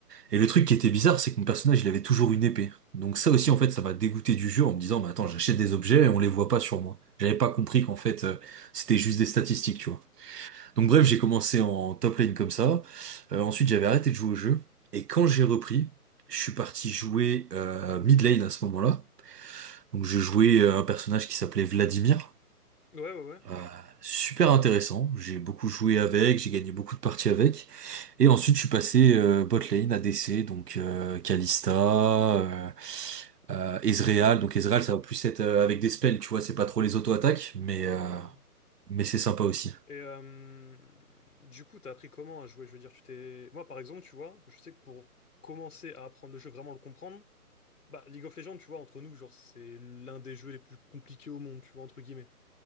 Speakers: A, on the right; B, on the left.
A: Et le truc qui était bizarre, c'est que mon personnage, il avait toujours une épée. Donc ça aussi, en fait, ça m'a dégoûté du jeu en me disant, mais attends, j'achète des objets et on les voit pas sur moi. J'avais pas compris qu'en fait, euh, c'était juste des statistiques, tu vois. Donc bref, j'ai commencé en top lane comme ça. Euh, ensuite, j'avais arrêté de jouer au jeu. Et quand j'ai repris, je suis parti jouer euh, mid lane à ce moment-là. Donc je jouais euh, un personnage qui s'appelait Vladimir.
B: ouais, ouais, ouais.
A: Euh, super intéressant. J'ai beaucoup joué avec, j'ai gagné beaucoup de parties avec. Et ensuite, je suis passé euh, bot lane, ADC, donc euh, Kalista, euh, euh, Ezreal. Donc Ezreal, ça va plus être euh, avec des spells, tu vois, c'est pas trop les auto-attaques, mais,
B: Ouais, ouais,
A: euh,
B: ouais.
A: mais c'est sympa aussi.
B: Et euh, du coup, t'as appris comment à jouer? Je veux dire, tu t'es, moi, par exemple, tu vois, je sais que pour commencer à apprendre le jeu, vraiment le comprendre. Bah, League of Legends, tu vois, entre nous, genre, c'est l'un des jeux les plus compliqués au monde, tu vois, entre guillemets.